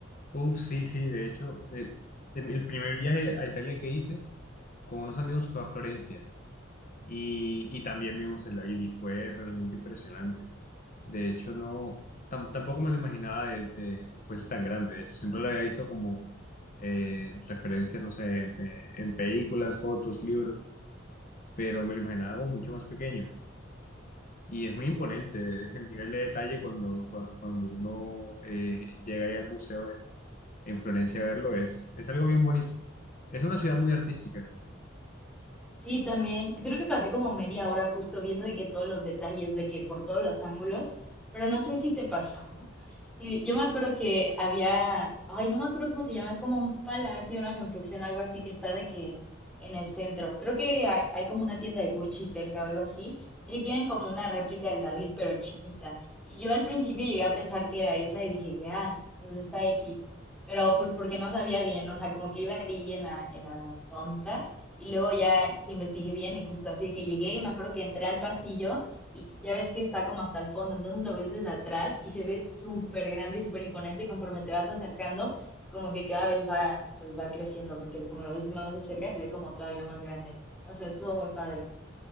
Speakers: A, on the left; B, in the centre.
A: Uf, sí, sí, de hecho, eh, el primer viaje a Italia que hice con unos amigos fue a Florencia. Y, y también vimos el David y fue realmente impresionante. De hecho, no, tam- tampoco me lo imaginaba de, de que fuese tan grande. De hecho, siempre lo había visto como eh, referencia, no sé, eh, en películas, fotos, libros, pero me lo imaginaba como mucho más pequeño. Y es muy imponente <laughs> el nivel de detalle cuando, cua- cuando uno eh, llega ahí al museo en, en Florencia a verlo. Es, es algo bien bonito. Es una ciudad muy artística.
B: Sí, también. Creo que pasé como media hora justo viendo de que todos los detalles, de que por todos los ángulos, pero no sé si te pasó que yo me acuerdo que había, ay, no me acuerdo cómo se llama, es como un palacio, una construcción, algo así que está de que en el centro. Creo que ha- hay como una tienda de Gucci cerca o algo así, y ahí tienen como una réplica del David, pero chiquita. Y yo al principio llegué a pensar que era esa y dije que, ah, pues está X. Pero pues porque no sabía bien, o sea, como que iba ahí en la, en la tonta. Y luego ya que investigué bien y justo así que llegué y me acuerdo que entré al pasillo y ya ves que está como hasta el fondo, entonces lo ves desde atrás y se ve súper grande y súper imponente y conforme te vas acercando, como que cada vez va, pues va creciendo, porque como lo ves más de cerca, se ve como todavía más grande. O sea, estuvo muy padre,